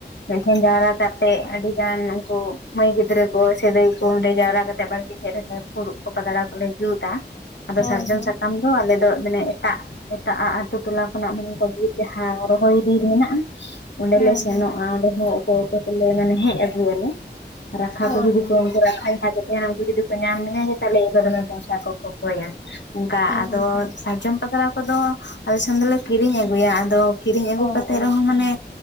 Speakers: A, on the left; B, on the left.
A: ᱢᱤᱫᱴᱷᱮᱱ ᱡᱟᱣᱨᱟ ᱠᱟᱛᱮᱫ ᱟᱹᱰᱤ ᱜᱟᱱ ᱩᱱᱠᱩ ᱢᱟᱹᱭ ᱜᱤᱫᱽᱨᱟᱹ ᱠᱚ ᱥᱮ ᱫᱟᱹᱭ ᱠᱚ ᱚᱸᱰᱮ ᱡᱟᱣᱨᱟ ᱠᱟᱛᱮ ᱵᱟᱲᱜᱮ ᱥᱮᱫ ᱨᱮ ᱯᱷᱩᱲᱩᱜ ᱠᱚ ᱯᱟᱛᱲᱟ ᱠᱚᱞᱮ ᱡᱩᱛ-ᱟ, ᱟᱫᱚ
B: ᱦᱳᱭ
A: ᱥᱟᱨᱡᱚᱢ
B: ᱦᱳᱭ
A: ᱥᱟᱠᱟᱢ ᱫᱚ ᱟᱞᱮ ᱫᱚ ᱢᱟᱱᱮ ᱮᱴᱟᱜ ᱮᱴᱟᱜ ᱟᱜ ᱟᱛᱩ ᱴᱚᱞᱟ ᱠᱷᱚᱱᱟᱜ ᱢᱮᱱᱮ ᱠᱚ ᱵᱤᱨ ᱡᱟᱦᱟᱸ ᱨᱚᱦᱚᱭ ᱵᱤᱨ ᱢᱮᱱᱟᱜᱼᱟ ᱚᱸᱰᱮ
B: ᱦᱮᱸ
A: ᱞᱮ ᱥᱮᱱᱚᱜᱼᱟ
B: ᱦᱮᱸ
A: ᱚᱸᱰᱮ ᱦᱚᱸ ᱚᱠᱳ ᱚᱠᱳ ᱛᱮᱞᱮ ᱢᱟᱱᱮ ᱦᱮᱡ ᱟᱜᱩᱭᱟᱞᱮ᱾ ᱨᱟᱠᱷᱟ
B: ᱦᱳᱭ
A: ᱠᱚ ᱡᱩᱫᱤ
B: ᱦᱳᱭ
A: ᱠᱚ ᱨᱟᱠᱷᱟᱭ <unintelligible> <unintelligible> ᱩᱱᱠᱩ ᱡᱩᱫᱩ ᱠᱚ ᱧᱟᱢ ᱢᱮᱭᱟ ᱡᱮ ᱛᱟᱦᱞᱮ ᱤᱱ ᱫᱚ ᱫᱚᱢᱮ ᱯᱚᱭᱥᱟ ᱠᱚ ᱠᱚᱠᱚᱭᱟ᱾ ᱚᱱᱠᱟ
B: ᱦᱮᱸ
A: ᱟᱫᱚ
B: ᱦᱮᱸ ᱦᱮᱸ
A: ᱥᱟᱨᱡᱚᱢ ᱯᱟᱛᱲᱟ ᱠᱚᱫᱚ ᱟᱞᱮᱥᱮᱱ ᱫᱚᱞᱮ ᱠᱤᱨᱤᱧ ᱟᱹᱜᱩᱭᱟ ᱟᱫᱚ ᱠᱤᱨᱤᱧ ᱟᱹᱜᱩ
B: ᱚ
A: ᱠᱟᱛᱮᱜ
B: ᱚ
A: ᱨᱮᱦᱚᱸ ᱢᱟᱱᱮ
B: ᱚ